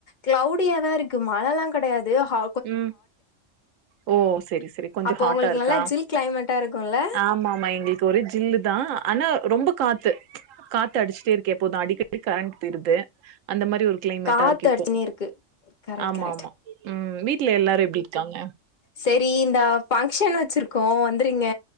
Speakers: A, on the left; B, on the right.
A: கிளவுடியாதா இருக்கு மழல்லா கடையாது ஹ
B: ம் ஓ சரி சரி கொஞ்ச
A: அப்போ
B: ஹாட்டா
A: உங்களுக்கு
B: இருக்கா
A: நல்லா ஜில் கிளைமேட்டா இருக்குல்ல
B: ஆமா ஆமா எங்களுக் கு ஒரு ஜில்லு தா ஆனா ரொம்ப காத்து காத்து அடிச்சிட்டே இருக்கு எப்போதா அடிக்கடி கரண்ட் போயிது அந்த மாரி ஒரு கிளைமேட்டா
A: காத்து
B: இருக்கு இப்போ
A: அடிச்சுனே இருக்கு கரெக்ட்
B: ஆமா
A: கரெக்ட்
B: ஆமா ம் வீட்டுல எல்லாரு எப்படிக்காங்க
A: செரி இந்த ஃபங்க்ஷன் வெச்சிரு கோ வந்துரிங்க